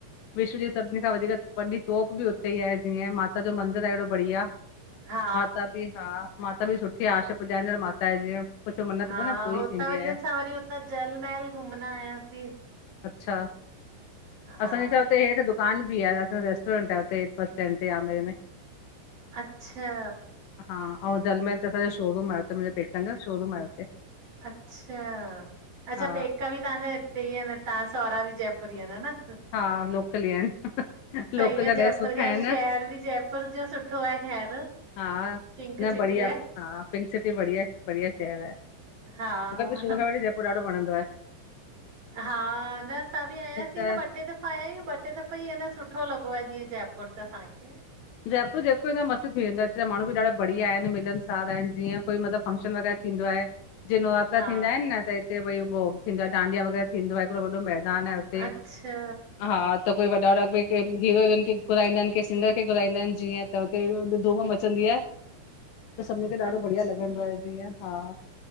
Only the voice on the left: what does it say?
विश्व ॼी सॿिन खां वधीक वॾी तोप ॿि उते ई आये जीअं माता जो मंदिर आये एॾो बढ़िया।
माता ॿि हा माता ॿि सुठी आ आशा पुॼाईंदड़ माता जीअं। कुझु मन्नत
घुर न पूरी
थींदी
आहे
अच्छा
असांजे छा हुत हेठ दुकान ॿि आ असां रेस्टोरेंट आ हुते बस स्टैड ते आमेर में।
हा अउं जलमहल ते असांजो शोरूम आ हुते मुंहजे पेकन जो शोरूम आ हुते।
हा
हा लोकल ई आहिनि
लोकल जा
ॾाढा
सुख
आहिनि
हा
न
बढ़िया
हा पिंक सिटी बढ़िया-बढ़िया शहर आये।
मूंखे त शुऊ खां वठी जयपुर ॾाढो वणंदो आये।
त
जयपुर जेको ईदो मस्त थी वेंदो आ हिते माण्डु ॿि ॾाढा बढ़िया आयन मिलन सार आयन जीअं कोई मतलब फंक्शन वगैरह थीदों आये जीय नवरात्रा
थींदा आयन न त हिते भई उ थींदो आये दो डांडिया वग़ैरह थींदो आये वॾओ मेंदान तान न हुते
हां त कोई वॾा-वॾा हिरो हिरोइन के घुराईंदा आयन सिंगर कै घुराईंदा आयन जीअं त हुते धूम मचंदी आ। त सभनं खे ॾाढो
बढ़िया लॻंदो आये जीअं हां